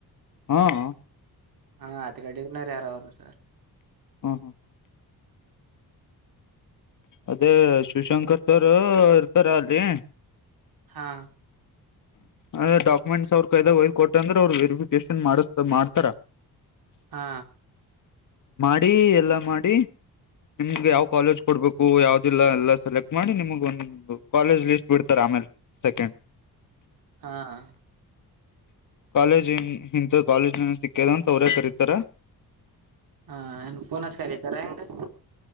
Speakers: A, on the left (about 55°); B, on the right (about 70°).
A: ಹ್ಮ್ ಹ್ಮ್
B: ಹಾ ಅತ್ತ ಗಡಿಗನರೆ ಆರಾವರು ಸರ್
A: ಹ್ಮ್ ಹ್ಮ್ ಅದೇ ಶಿವಶಂಕರ್ ಸರ್ ಇರ್ತಾರೆ ಅಲ್ಲಿ
B: ಹಾ
A: ಅದೇ ಡಾಕ್ಯುಮೆಂಟ್ಸ್ ಅವ್ರ ಕೈದಾಗ ಒಯದ ಕೊಟ್ಟ ಅಂದ್ರ ಅವರು ವೆರಿಫಿಕೇಶನ್ ಮಾಡಸತ ಮಾಡ್ತಾರ
B: ಹಾ
A: ಮಾಡಿ ಎಲ್ಲಾ ಮಾಡಿ ನಿಮ್ಗ ಯಾವ್ ಕಾಲೇಜ್ ಕೊಡ್ಬೇಕು ಯಾವ್ದಿಲ್ಲ ಎಲ್ಲ ಸೆಲೆಕ್ಟ್ ಮಾಡಿ ನಿಮ್ಗ ಒಂದು ಕಾಲೇಜ್ ಲಿಸ್ಟ್ ಬಿಡ್ತಾರ ಆಮೇಲ್ ಸೆಕೆಂಡ್
B: ಹಾ ಹ್
A: ಕಾಲೇಜ್ ಹಿಂತ ಹಿಂತದ ಕಾಲೇಜ್ ನಿನ್ಗ ಸಿಕ್ಕೆದ ಅಂತ ಅವ್ರೇ ಕರೀತರ್
B: ಹ್ ಏನ್ ಪೋನ ಹಚ್ಚಿ ಕರಿತಾರ ಹೆಂಗರಿ